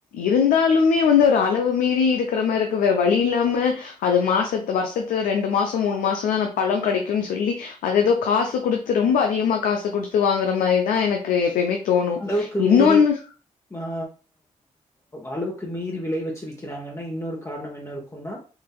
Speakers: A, on the left; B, on the left.
A: இருந்தாலுமே வந்து ஒரு அளவு மீறி இருக்கிற மாதிரி இருக்கு வேற வழி இல்லாம அது மாசத்து வருஷத்துல ரெண்டு மாசம் மூணு மாசம் தான்ந்த பழம் கிடைக்கும்னு சொல்லி அத ஏதோ காசு குடுத்து ரொம்ப அதிகமா காசு குடுத்து வாங்குற மாதிரிதான் எனக்கு எப்பயுமே தோணும்
B: அளவுக்கு
A: இன்னொன்னு
B: மீறி அ அளவுக்கு மீறி விளை வச்சு வக்கிறாங்கன்னா இன்னொரு காரணம் என்ன இருக்கும்னா